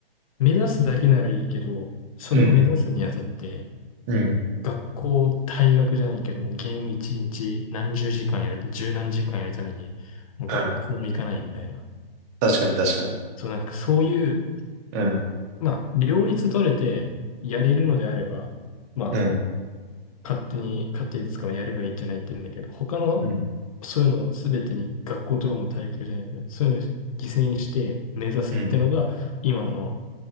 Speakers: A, on the left; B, on the right.
A: 目指すだけならいいけど、それを目指すにあたって、
B: うん、うん、
A: 学校、退学じゃないけども、ゲーム一日何十時間やると、十何時間やるために、もう学校も行かないみたいな。
B: うん。確かに確かに。
A: そう、なんかそういう、
B: うん、
A: まあ、両立取れてやれるのであれば、まあ、
B: うん、
A: 勝手に、勝手に使うやればいいんじゃないって言うんだけど、他の、
B: うん、
A: そういうのを全てに学校とかも体育じゃないけど、そういうのを犠牲にして目指すってのが、
B: うん、
A: 今の